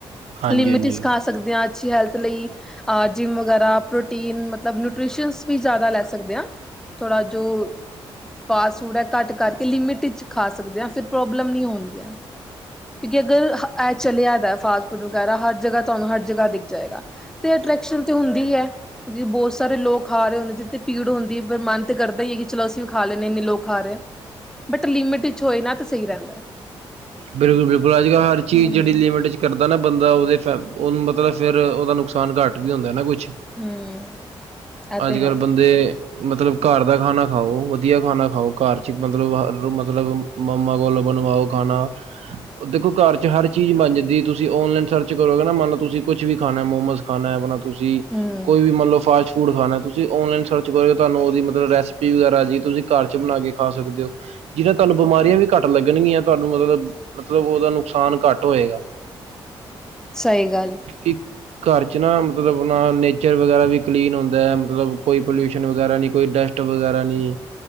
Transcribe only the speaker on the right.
ਹਾਂਜੀ
ਹਾਂਜੀ
ਬਿਲਕੁਲ ਬਿਲਕੁਲ ਅਜਕਲ ਹਰ ਚੀਜ਼
ਜੇੜੀ ਲੀ ਕਰਦਾ ਨਾ ਬੰਦਾ ਉਹਦੇ ਫ ਓਨੁ ਮਤਲਬ ਫੇਰ ਉਹਦਾ ਨੁਕਸਾਨ ਘੱਟ ਵੀ ਹੁੰਦਾ ਨਾ ਕੁਛ
ਅੱਜਕੱਲ
ਬੰਦੇ ਮਤਲਬ ਘਰ ਦਾ ਖਾਣਾ ਖਾਓ ਵਧੀਆ ਖਾਣਾ ਖਾਓ ਘਰ ਚ ਮਤਲਬ ਮਤਲਬ ਮੱਮਾ ਕੋਲੋ ਬਨਵਾਓ ਖਾਣਾ ਦੇਖੋ ਘਰ ਚ ਹਰ ਚੀਜ਼ ਬਣ ਜਾਂਦੀ ਤੁਸ ਆਨਲਾਈਨ ਸਰਚ ਕਰੋਗੇ ਨਾ ਮੰਨ ਲੋ ਤੁਸੀਂ ਕੁਝ ਵੀ ਖਾਣਾ ਮੋਮਸ ਖਾਣਾ ਆਪਣਾ ਤੁਸੀਂ
ਕੋਈ ਵੀ ਮੰਨ ਲਓ ਫਾਸਟ ਫੂਡ ਖਾਣਾ ਤੁਸੀ ਆਨਲਾਈਨ ਸਰਚ ਕਰੋ ਤਾਨੂੰ ਉਹਦੀ ਮਤਲਬ ਰੈਸਪੀ ਵਗੈਰਾ ਜੀ ਤੁਸੀਂ ਘਰ ਚ ਬਣਾ ਕੇ ਖਾ ਸਕਦੇ ਓ ਜਿਦਾ ਤਾਨੂੰ ਬਿਮਾਰੀਆਂ ਵੀ ਘੱਟ ਲੱਗਣਗੀਆਂ ਤਾਨੂੰ ਮਤਲਬ ਓਦਾ ਨੁਕਸਾਨ ਘੱਟ ਹੋਏਗਾ।
ਕਿ ਘਰ ਚ ਨਾ ਮਤਲਬ ਨ ਨੇਚਰ ਵਗੈਰਾ ਵੀ ਕਲੀਨ ਹੁੰਦਾ ਐ ਮਤਲਬ ਕੋਈ ਪੋਲਿਊਸ਼ਨ ਵਗੈਰਾ ਨੀ ਕੋਈ ਡਸਟ ਵਗੈਰਾ ਨੀ